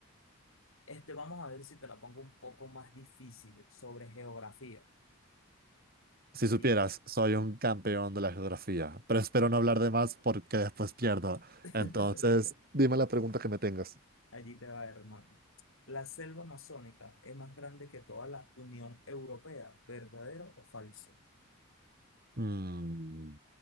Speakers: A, on the left; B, on the right.
A: Este, vamos a ver si te la pongo un poco más difícil sobre geografía.
B: Si
A: Allí
B: supieras,
A: te.
B: soy un campeón de la geografía, pero espero no hablar de más porque después pierdo.
A: <laughs>
B: Entonces, dime la pregunta que me tengas.
A: Allí te va, hermano. La selva amazónica es más grande que toda la Unión Europea, ¿verdadero o falso?
B: Mm,